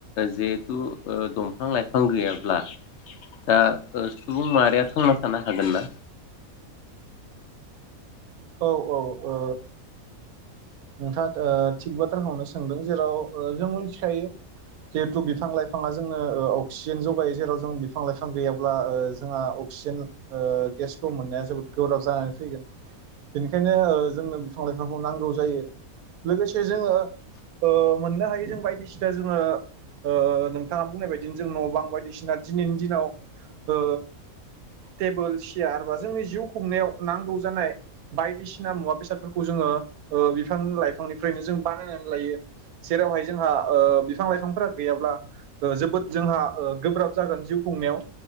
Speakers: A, on the left; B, on the right.
A: जिहेथु दंफां लाइफां गैयाब्ला दा सुबुं माहारिया थांना थानो हागोन ना।
B: औ औ ओ। नोंथाङा ओ थिग बाथ्राखौनो सोंदों जेराव ओ जों मिनथिखायो जिहेथु बिफां लाइफाङा जोंनो ओ अक्सिजेन जगायो जेराव जों बिफां लाइफां गैयाब्ला ओ जोंहा अक्सिजेन ओ गेसखौ मोननाया जोबोद गोब्राब जानानै फैगोन बेनिखायनो ओ जोंनो बिफां लाइफांखौ नांगौ जायो। लोगोसे जोङो ओ मोननो हायो जों बायदिसिना जोङो ओ नोंथाङा बुंनाय बायदि जों न' बां बायदिसिना दिनैनि दिनाव ओ टेबोल सियार बा जोंनि जिउ खुंनायाव नांगौ जानाय बायदिसिना मुवा बेसादफोरखौ जोङो ओ बि बिफां लाइफांनिफ्रायनो जों बानायनानै लायो जेरावहाय जोंहा ओ बिफां लाइफांफोरा गैयाब्ला जोबोद जोंहा ओ गोब्राब जागोन जिउ खुंनायाव